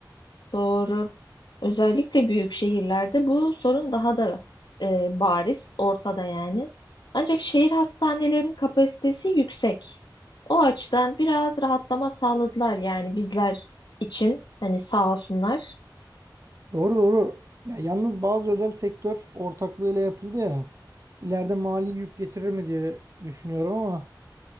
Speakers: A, on the left; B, on the right.
A: Doğru. Özellikle büyük şehirlerde bu sorun daha da e, bariz, ortada yani. Ancak şehir hastanelerinin kapasitesi yüksek. O açıdan biraz rahatlama sağladılar yani bizler için. Hani sağ olsunlar.
B: Doğru doğru. Ya yalnız bazı özel sektör ortaklığıyla yapıldı ya. İleride mali yük getirir mi diye düşünüyorum ama.